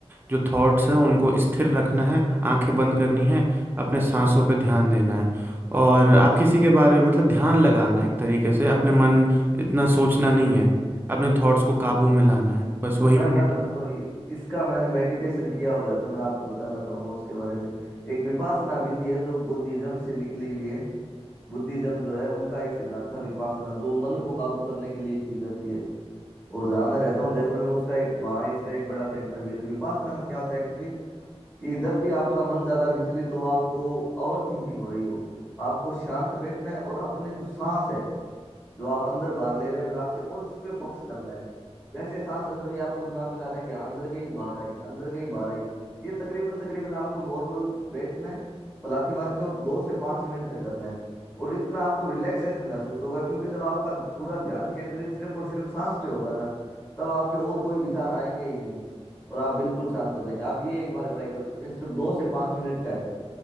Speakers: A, on the right; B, on the left.
A: जो थॉट्स हैं उनको स्थिर रखना है आंखें बंद करनी है अपने सांसों पे ध्यान देना है और आप किसी के बारे में मतलब ध्यान लगाना है एक तरीके से अपने मन इतना सोचना नहीं है अपने थॉट्स को
B: बिल्कुल
A: काबू में लाना है बस वही
B: मैं
A: मेडिटेशन
B: मैं बताता हूँ इ- इसका मैंने मेडिटेशन किया हुआ है तो मैं आपको बताना चाहूंगा उसके बारे में एक विपासना विधि है जो बुद्धिज्म से निकली हुई है बुद्धिज्म जो है उनका एक सिद्धांत था विपासना जो मन को काबू करने के लिए की जाती है और जहाँ मैं रहता हूँ जयपुर में उसका एक वहाँ इसका एक बड़ा सेंटर भी है तो विपासना में क्या होता है एक्चुअली कि जब भी आपका मन ज़्यादा विचलित हो आपको ओवर थिंकिंग हो रही हो आपको शांत बैठना है और अपने जो सांस है जो आप अंदर बाहर ले रहे हो नाक से उस पे फोकस करना है जैसे सांस अंदर गई आपको दिमाग में लाना है कि हाँ, अंदर गई बाहर आई अंदर गई बाहर आई ये तकरीबन तकरीबन आपको नॉर्मल बैठना है पलाथी मार के और दो से पाँच मिनट तक करना है और इतना आपको रिलैक्सेशन महसूस होगा क्योंकि जब आपका पूरा ध्यान केंद्रित सिर्फ और सिर्फ सांस पे होगा ना तब आपके और कोई विचार आएंगे ही नहीं और आप बिल्कुल शांत हो जाएंगे आप ये एक बार ट्राई कर सकते हैं सिर्फ दो से पाँच मिनट का है